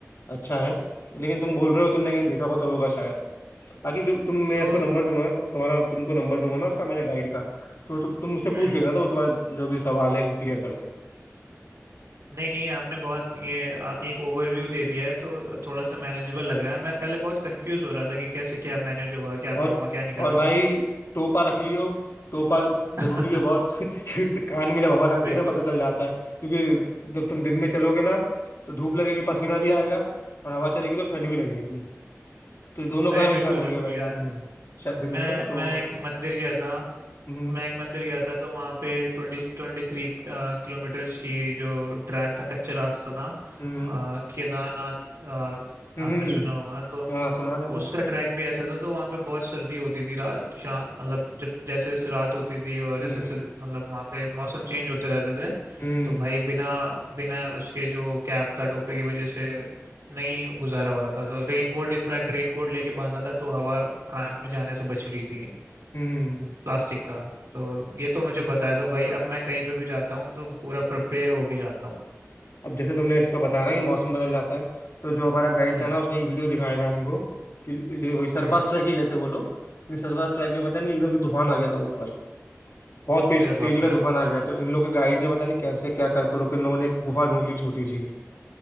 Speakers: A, on the left; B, on the right.
A: अच्छा है लेकिन तुम बोल रहे हो तुमने कहीं देखा हो तो होगा शायद बाकी जो तुम मैं
B: तो
A: उसको नंबर दूंगा ना तो तुम्हारा तुमको नंबर दूंगा ना उसका मेरे गाइड का तो तु, तुम मुझसे पूछ
B: हम्म
A: लेना तो वो तुम्हारा जो भी सवाल है वो क्लियर कर देगा
B: नहीं नहीं आपने बहुत ये आ, एक ओवरव्यू दे दिया है तो थोड़ा सा मैनेजेबल लग रहा है मैं पहले बहुत कंफ्यूज हो रहा था कि कैसे क्या मैनेज होगा क्या
A: और
B: करूँगा क्या नहीं करूँगा
A: और भाई टोपा रख लियो टोपा
B: <laughs>
A: जरूरी है बहुत <laughs> क्योंकि कान में जब हवा लगती
B: बिल्कुल
A: है ना पता चल जाता है क्योंकि जब तुम दिन में चलोगे ना तो धूप लगेगी पसीना भी आएगा और हवा चलेगी तो ठंड भी लगेगी तो ये दोनों
B: अरे
A: काम
B: बिल्कुल
A: एक साथ होंगे
B: बिल्कुल
A: भाई
B: यार
A: रात में शायद दिन
B: मैं
A: में
B: मैं
A: तो
B: एक मंदिर गया था
A: हम्म
B: मैं एक मंदिर गया था तो वहाँ पे ट्वेंटी ट्वेंटी थ्री किलोमीटर्स की जो ट्रैक था कच्चा रास्ता था
A: हम्म
B: अ, केदारनाथ अ,
A: हम्म
B: आपने
A: हम्म।
B: सुना होगा तो
A: हाँ सुना ना सुना
B: उसका ट्रैक भी ऐसा था तो वहाँ पे बहुत सर्दी होती थी रात शाम मतलब जब जैसे जैसे रात होती थी और
A: हम्म
B: जैसे जैसे मतलब वहाँ पे मौसम चेंज होते रहते थे
A: हम्म
B: तो भाई बिना बिना उसके जो कैप था टोपे की वजह से नहीं गुजारा हो रहा था तो रेनकोट इनफैक्ट रेनकोट लेके बांधा था तो हवा कान में जाने से बच रही थी
A: हम्म
B: प्लास्टिक का तो ये तो मुझे पता है तो भाई अब मैं कहीं पे भी जाता हूँ तो पूरा प्रिपेयर होके जाता हूँ
A: अब जैसे तुमने इसका बताया ना कि मौसम बदल जाता है तो जो हमारा गाइड
B: हम्म
A: था ना उसने एक वीडियो दिखाया था हमको कि ये वही सरपास
B: हम्म
A: ट्रैक ही गए थे वो लोग लेकिन सरपास ट्रैक में पता नहीं एकदम से तूफान आ गया था ऊपर बहुत तेज
B: अरे
A: तेजी
B: बाप रे
A: का तूफान आ गया तो इन लोगों के गाइड ने पता नहीं कैसे क्या कर करो कि इन लोगों ने एक गुफा ढूंढ ली छोटी सी